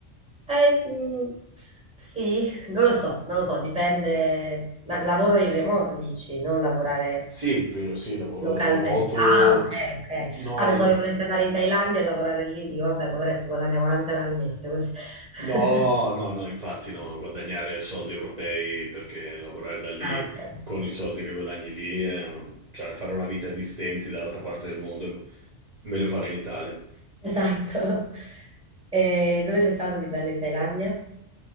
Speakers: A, in the centre; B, on the right (about 40°).
A: Eh, mm, s- sì, non lo so, non lo so, dipende. Ma lavoro in remoto, dici, non lavorare.
B: Sì, prima- sì, lavoro
A: Localmente.
B: da remoto,
A: Ah, ok, ok.
B: no,
A: Ah, pensavo
B: la-
A: che volessi andare in Thailandia e lavorare lì. Dico, vabbè, poveretto, guadagna 40 euro al mese, così.
B: no,
A: <laughs>
B: no, no, infatti no, guadagnare soldi europei perché lavorare da lì
A: Ah, ok.
B: con i soldi che guadagni lì, eh, cioè fare una vita di stenti dall'altra parte del mondo, meglio fare in Italia.
A: Esatto. E dove sei stato di bello in Thailandia?